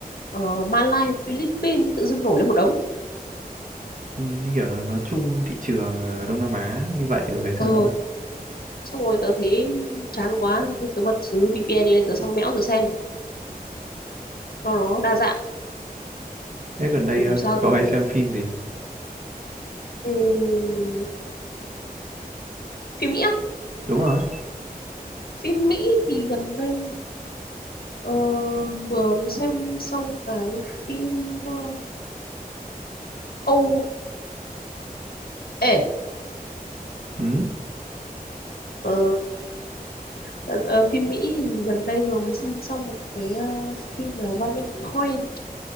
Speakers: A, on the left (about 80°); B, on the right (about 55°).
A: uh, Malai Philippines tự dưng nổi lên một đống
B: Ừ, như kiểu là nó chung thị trường ờ, Đông Nam Á như vậy rồi hay sao
A: ờ
B: ấy.
A: xong rồi tớ thấy chán quá thì tớ bật xứ VPN lên tớ sang mẽo tớ xem cho nó đa dạng
B: Thế gần đây ờ,
A: dù sao
B: có
A: thì
B: hay xem phim gì?
A: ừm, phim Mỹ
B: Đúng rồi.
A: phim Mỹ thì gần đây ờ, vừa mới xem xong cái phim ờ, Âu ê
B: Ừ.
A: ờ, ờ, ờ, phim Mỹ thì gần đây vừa mới xem xong một cái ờ, phim là Running Point